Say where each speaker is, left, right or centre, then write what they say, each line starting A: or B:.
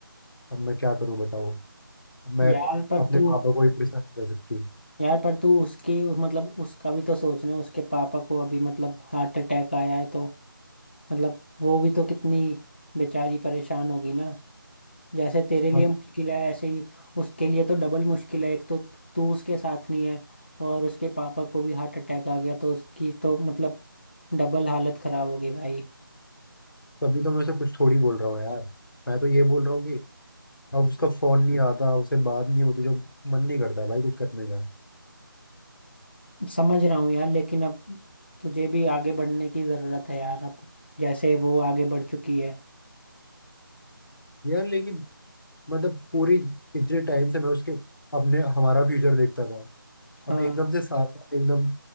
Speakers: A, on the left; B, on the left.
A: अब मैं क्या करूं बताओ अब मैं
B: यार पर
A: अपने
B: तू
A: पापा को ही परेशान नहीं कर सकती
B: यार पर तू उसकी उस- मतलब उसका भी तो सोचना उसके पापा को अभी मतलब हार्ट अटैक आया है तो मतलब वो भी तो कितनी बेचारी परेशान होगी ना जैसे तेरे लिए
A: हाँ तो
B: मुश्किल है ऐसे ही उसके लिए तो डबल मुश्किल है एक तो तू उसके साथ नहीं है और उसके पापा को भी हार्ट अटैक आ गया तो उसकी तो मतलब डबल हालत खराब होगी भाई
A: तभी तो मैं उसे कुछ थोड़ी बोल रहा हूँ यार मैं तो ये बोल रहा हूँ कि
B: हम्म।
A: अब उसका फोन नहीं आता उससे बात नहीं होती जो मन नहीं करता है भाई कुछ करने का
B: समझ रहा हूँ यार लेकिन अब तुझे भी आगे बढ़ने की ज़रूरत है यार अब जैसे वो आगे बढ़ चुकी है
A: यार लेकिन मतलब पूरी इतने टाइम से मैं उसके अपने हमारा फ्यूचर देखता था अब
B: हाँ
A: एकदम से सारा एकदम